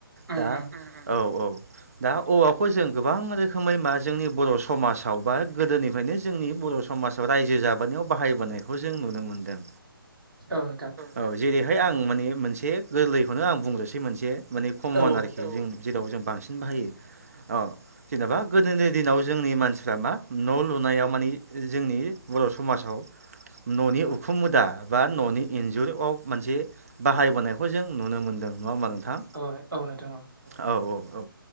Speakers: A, on the right; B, on the right.
A: उम
B: दा
A: उम
B: औ औ दा औवाखौ जों गोबां रोखोमै मा जोंनि बर' समाजाव बा गोदोनिफ्रायनो जोंनि बर' आसाम रायजो जाबोनायाव बाहायबोनायखौ जों नुनो मोनदों
A: औ नोंथां
B: औ जेरैहाय आं माने मोनसे गोरलैखौनो आं बुंग्रोसै मोनसे माने कमन
A: औ
B: आरोखि जों जेखौ जों बांसिन बाहायो अ जेनेबा गोदोनि दिनाव जोंनि मानसिफ्रा मा न' लुनायाव मानि जोंनि बर' समाजाव न'नि उखुम मुदा बा न'नि इन्जुरआव मोनसे बाहायबोनायखौ जों नुनो मोनदों नङा होमबा नोंथां
A: औ औ नोंथां
B: औ औ औ